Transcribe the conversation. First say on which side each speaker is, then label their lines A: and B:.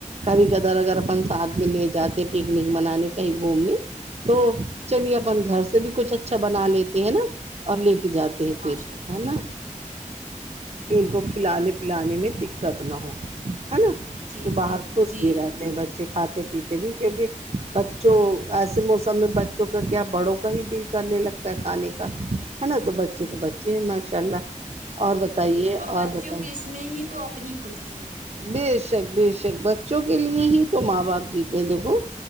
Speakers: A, on the right (about 55°); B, on the right (about 90°).
A: کبھی کدر اگر اپن ساتھ میں لے جاتے پکنک منانے کہیں گھومنے تو چلیے اپن گھر سے بھی کچھ اچھا بنا لیتے ہیں نا اور لے کے جاتے ہیں
B: ماشاء
A: پھر
B: اللہ
A: ہے نا
B: جی جی <unintelligible> <inaudible>
A: کہ ان کو کھلانے پلانے میں دقت نہ ہو ہے نا
B: جی
A: تو
B: جی
A: باہر خوش
B: جی
A: بھی رہتے ہیں بچے کھاتے پیتے بھی کیونکہ بچوں ایسے موسم میں بچوں کا کیا بڑوں کا ہی دل کرنے لگتا ہے کھانے کا ہے نا تو بچے
B: جی
A: تو بچے ماشاء اللہ اور بتائیے
B: بچیوں
A: اور بتائیے
B: کی اس میں ہی تو اپنی خوشی ہے گی
A: بے شک بے شک بچوں کے لیے ہی تو ماں باپ جیتے ہیں دیکھو